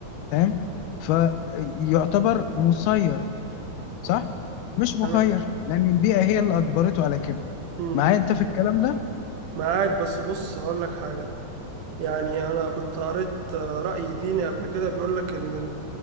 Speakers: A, on the left (about 80°); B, on the right (about 90°).
A: فاهم فيعتبر مسير صح مش مخير
B: انا
A: لان البيئه هي اللي اجبرته على كده
B: مم.
A: معايا انت في الكلام ده
B: معاك بس بص هقول لك حاجة يعني انا كنت قريت آه، رأي ديني قبل كده بيقول لك ان ال-